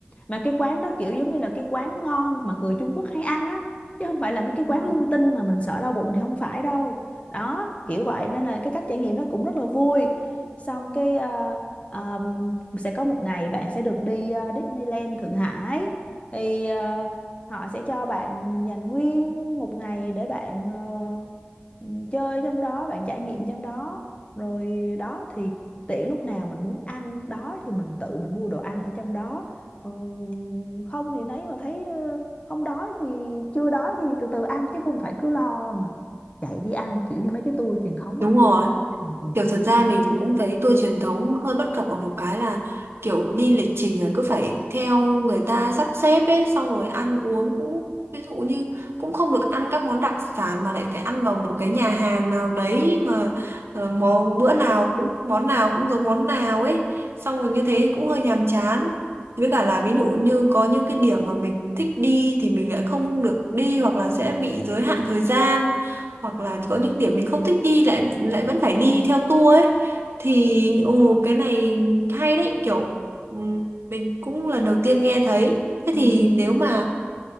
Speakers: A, on the left; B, on the right.
A: mà cái quán đó kiểu giống như là cái quán ngon mà người Trung Quốc hay ăn á chứ không phải là mấy cái quán
B: Ừ.
A: linh tinh mà mình sợ đau bụng thì không phải đâu đó kiểu vậy nên là cái cách trải nghiệm nó cũng rất là vui xong cái ờ, ờm, sẽ có một ngày bạn sẽ được đi ờ, Disneyland Thượng Hải thì ờ, họ sẽ cho bạn dành nguyên một ngày để bạn ờ, ừ, chơi trong đó bạn trải nghiệm trong đó rồi đó thì tiện lúc nào mình muốn ăn đói thì mình tự mình mua đồ ăn ở trong đó Ờ, không thì nấy mà thấy ờ, không đói thì chưa đói thì từ từ ăn chứ không phải cứ lo mà chạy đi ăn kiểu như mấy cái tour truyền thống
B: đúng
A: á
B: rồi
A: ừ, ừ.
B: Kiểu thật ra mình cũng thấy tour truyền thống hơi bất cập ở một cái là kiểu đi lịch trình là cứ phải theo người ta sắp xếp ấy xong rồi ăn uống cũng ví dụ như cũng không được ăn các món đặc sản mà lại phải ăn vào một cái nhà hàng nào đấy mà ờ, món bữa nào cũng món nào cũng giống món nào ấy xong rồi như thế cũng hơi nhàm chán với
A: Ừ,
B: cả là ví dụ như có những cái điểm mà mình thích đi thì mình lại không được đi hoặc là sẽ bị giới hạn thời gian hoặc là có những điểm mình không thích đi lại lại vẫn phải đi theo tour ấy thì
A: ừ,
B: ồ cái này hay đấy kiểu ừm, mình cũng lần đầu tiên nghe thấy thế
A: Ừ.
B: thì nếu mà